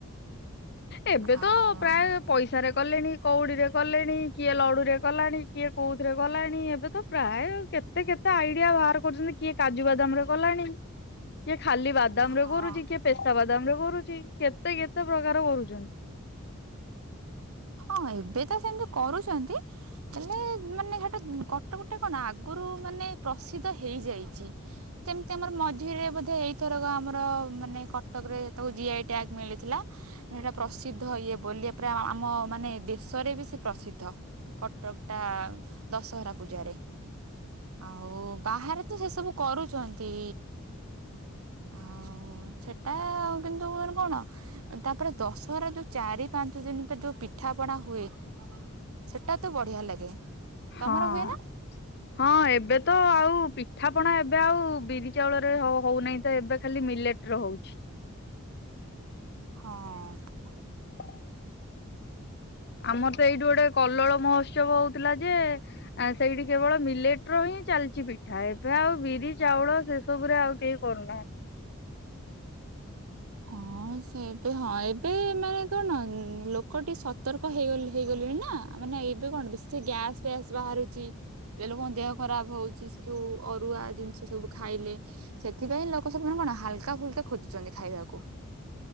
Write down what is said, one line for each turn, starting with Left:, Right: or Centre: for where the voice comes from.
Left: ଏବେ
Right: ଆଉ
Left: ତ ପ୍ରାୟ ପଇସାରେ କଲେଣି କଉଡିରେ କଲେଣି କିଏ ଲଡୁରେ କଲାଣି କିଏ କୋଉଥିରେ କଲାଣି। ଣି ଏବେ ତ ପ୍ରାୟ କେତେ କେତେ ଆଇଡିଆ ବାହାର କରୁଛନ୍ତି କିଏ କାଜୁ ବାଦାମର କଲାଣି କିଏ ଖାଲି ବାଦମରେ
Right: ହଁ
Left: କରୁଛି କିଏ ପେସ୍ତାବାଦା ବାଦାମରେ କରୁଛି କେତେ କେତେ ପ୍ରକାର କରୁଛନ୍ତି ।
Right: ହଁ ଏବେ ତ ସେମିତି କରୁଛନ୍ତି ହେଲେ ମାନେ ହେଟା କଟମଟେ କଣ ଆଗରୁ ମାନେ ପ୍ରସିଦ୍ଧ ହେଇଯାଇଛି ଯେମିତି ଆମର ମଝିରେ ବେ ଏଇଥର ଆମର ମାନେ କଟକ ରେ ତାକୁ ଜିଆଇ ଟ୍ୟାଗ ମିଳିଥିଲା ସେଟା ପ୍ରସିଦ୍ଧ ଇଏ ବୋଲି ପ ଆମ ମାନେ ଦେଶରେ ବି ସେ ପ୍ରସିଦ୍ଧ କଟକ ଟା ଦଶହରା ପୂଜାରେ। ଆଉ ବାହାରେ ତ ସେ ସବୁ କରୁଛନ୍ତି। ହ ସେଟା କିନ୍ତୁ କଣ ତାପରେ ଦଶହରା ଯୋଉ ଚାରି ଚାରି ପାଞ୍ଚ ଦିନ ତ ଯୋଉ ପିଠା ପଣା ହୁଏ ସେଟା ତ ବଢିଆ ଲାଗେ।
Left: ହଁ-ହଁ,
Right: ତମର ହୁଏ ନା
Left: ଏବେ ତ ଆଉ ପିଠାପଣା ଏବେ ଆଉ ବିରି ଚାଉଳରେ ହଉନାହିଁ ତ ଏବେ ଖାଲି ମିଲେଟରେ ହଉଛି।
Right: ହଁ।
Left: <unintelligible> ଆମର ତ ଏଇଠି ଗୋଟେ କଲଳ ମହୋତ୍ସବ ହଉଥିଲା ଯେ ସେଇଠି କେବଳ ମିଲେଟ୍ ର ହିଁ ଚାଲି କିଛି ପିଠା ଏବେ ଆଉ ବିରି ଚାଉଳ ସେ ସବୁରେ ଆଉ କେହି କରୁନାହାନ୍ତି।
Right: ହଁ ସେବେ ହଁ ଏବେ ମାନେ କଣ ଲୋକ ଟେ ସତର୍କ ହେଇଗ- ହେଇଗଲେ। <unintelligible> ନା ମାନେ ଏବେ କଣ ବେଶି ଗ୍ୟାସ ଫ୍ୟାସ୍ ବାହାରୁଛି ଏ ଲୋକଙ୍କ ଦେହ ଖରାପ ହଉଛି ସେ ଯୋଉ ଅରୁଆ ଜିନିଷ ସବୁ ଖାଇଲେ ସେଥିପାଇଁ ଲୋକ ସ କଣ ହାଲକା ଫୁଲକା ଖୋଜୁଛନ୍ତି ଖାଇବାକୁ